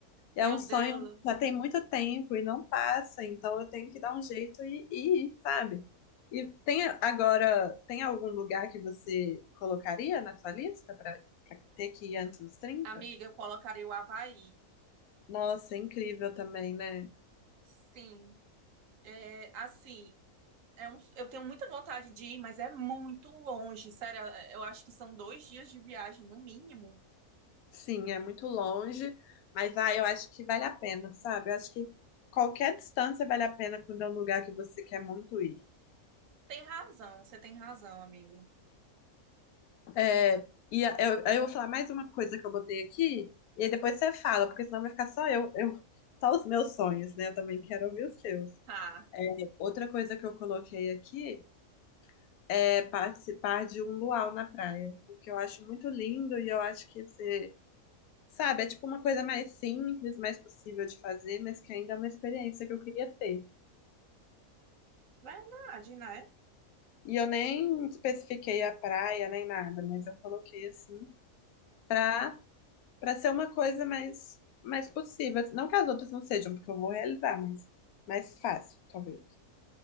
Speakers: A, on the left (about 85°); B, on the right (about 65°).
A: é
B: meu
A: um sonho
B: Deus.
A: que já tem muito tempo e não passa, então eu tenho que dar um jeito e, e ir, sabe? E tem a- agora, tem algum lugar que você colocaria na sua lista pra pra ter que ir antes dos trinta
B: Amiga, eu colocaria o Havaí.
A: Nossa, é incrível também, né?
B: Sim. É, assim, é um- eu tenho muita vontade de ir, mas é muito longe. Sério, é, eu acho que são dois dias de viagem, no mínimo.
A: Sim, é muito longe, mas ah, eu acho que vale a pena, sabe? Eu acho que qualquer distância vale a pena quando é um lugar que você quer muito ir.
B: Tem razão, você tem razão, amiga.
A: É, e a- eu, eu vou falar mais uma coisa que eu botei aqui, e aí depois você fala, porque senão vai ficar só eu, eu, só os meus sonhos, né? Eu também quero ouvir os seus.
B: Ah,
A: Outra coisa que eu coloquei aqui é participar de um luau na praia, porque eu acho muito lindo e eu acho que você, sabe, é tipo uma coisa mais simples, mais possível de fazer, mas que ainda é uma experiência que eu queria ter.
B: verdade, né?
A: E eu nem especifiquei a praia nem nada, mas eu coloquei assim pra, pra ser uma coisa mais, mais possível. Não que as outras não sejam, porque eu vou realizar, mas mais fácil, talvez.